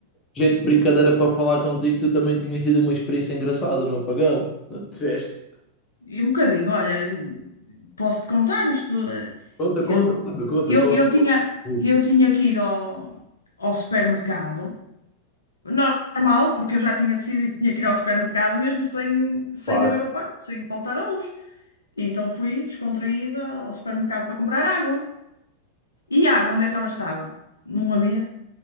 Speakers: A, on the left; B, on the left.
A: jeito de brincadeira para falar contigo, tu também tinha sido uma experiência engraçada no apagão. <laughs> Não Tiveste.
B: E um bocadinho, olha, eu- posso-te contar isto? eh,
A: Conta,
B: Eu,
A: conta, conta,
B: eu,
A: conta,
B: eu tinha,
A: conta.
B: eu tinha que ir ao, ao supermercado Normal, porque eu já tinha decidido que tinha que ir ao supermercado mesmo sem, sem
A: Claro.
B: haver ao pago, sem faltar a luz. E então fui descontraída ao supermercado para comprar água. E a água, onde é que ela estava? Não havia.